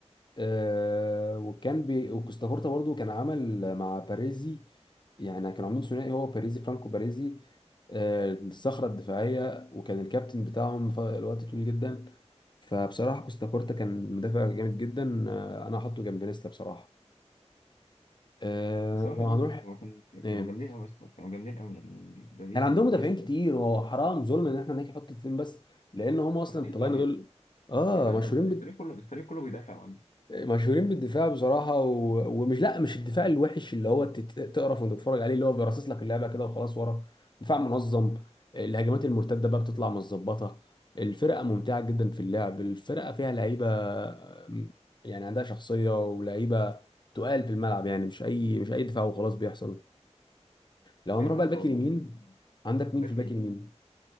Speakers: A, on the left (about 40°); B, on the left (about 85°).
A: آه، وكان بي وكوستاكورتا برضو كان عمل مع باريزي يعني كانوا عاملين ثنائي هو باريزي فرانكو باريزي آه، الصخرة الدفاعية وكان الكابتن بتاعهم في الوقت طويل جدا فبصراحة كوستاكورتا كان مدافع جامد جدا آه، انا هحطه جنب نيستا بصراحة آه،
B: الصراحة
A: لو
B: برضه
A: هنروح
B: هو كان كانوا
A: إيه.
B: جامدين أوي يا اسطى، كانوا جامدين أوي يعني باريزي
A: كان عندهم
B: ونيستا
A: مدافعين كتير وهو حرام ظلم ان احنا نيجي نحط اتنين بس لان هم اصلا
B: قصدي
A: الطلاينة
B: إيطاليا
A: دول اه
B: إيطاليا
A: مشهورين
B: الفريق
A: بال
B: كله الفريق كله بيدافع
A: مشهورين بالدفاع بصراحة و... ومش لا مش الدفاع الوحش اللي هو تت- تقرف وانت تتفرج عليه اللي هو بيرصص لك اللعبة كده وخلاص ورا دفاع منظم الهجمات المرتدة بقى بتطلع متظبطة الفرقة ممتعة جدا في اللعب الفرقة فيها لعيبة م- يعني عندها شخصية ولعيبة تقال في الملعب يعني مش أي مش أي دفاع وخلاص بيحصل لو
B: ايوه
A: هنروح
B: يا
A: بقى
B: اسطى
A: الباك
B: والله
A: اليمين
B: يعني
A: عندك مين
B: باك
A: في الباك
B: اليمين
A: اليمين؟